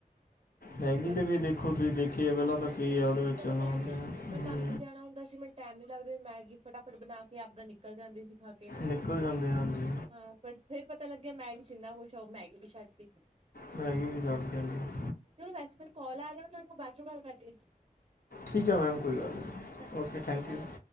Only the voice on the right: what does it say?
ਮਤਲਬ
ਹਾਂਜੀ
ਹਾਂਜੀ
ਉਹੀ
ਤਾਂ
ਮੈਂ ਕਹਿ ਰਹੀ ਹਾਂ।
ਮੈਂ ਕੰਮ ਤੇ ਜਾਣਾ ਹੁੰਦਾ ਸੀ ਮੈਨੂੰ ਟਾਈਮ ਨੀ ਲੱਗਦੇ ਮੈਗੀ ਫਟਾਫਟ ਬਣਾ ਕੇ ਆਪਣਾ ਨਿਕਲ ਜਾਂਦੇ ਸੀ ਖਾ ਕੇ
ਹਾਂ, ਪਰ ਫੇਰ ਪਤਾ ਲੱਗਿਆ ਮੈਗੀ ਚ ਇੰਨਾ ਕੁਛ ਆ ਉਹ ਮੈਗੀ ਵੀ ਛੱਡਦੀ
ਕਿ ਬੈਸੀ ਕੌਲ ਆ ਰਿਹਾ ਮੈਂ ਤੁਹਾਨੂੰ ਬਾਅਦ ਚ ਗਲ ਕਰਦੀ
ਸਤਿ
ਸ਼੍ਰੀ
ਅਕਾਲ।